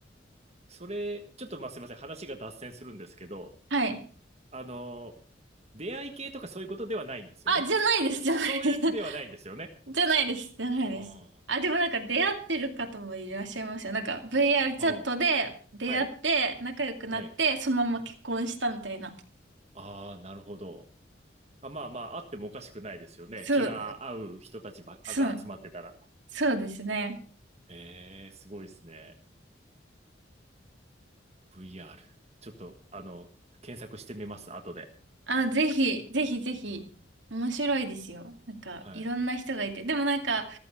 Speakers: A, on the right; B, on the right.
A: それ、ちょっとまあすいません。話が脱線するんですけど、
B: はい。
A: あの、出会い系とかそういうことではないんですよね。
B: あ、じゃないです、
A: そういうではないんですよね。
B: じゃないです。<laughs> じゃないです、じゃないです。
A: あ
B: あ、でもなんか出会ってる方もいらっしゃいますよ。なんか VR チャットで出会って仲良くなってそのまま結婚したみたいな。
A: あ、ああ、はい。はい。ああ、なるほど。あまあまあ、あってもおかしくないですよね。
B: そう、
A: 気が合う人たちばが集まってたら。
B: そう、そうですね。
A: へえ、すごいですね。VR。ちょっと、あの、検索してみます、後で。
B: あ、ぜひ、ぜひぜひ。
A: うん
B: 面白いですよ。なんかいろんな人がいて。
A: はい。
B: でもなんか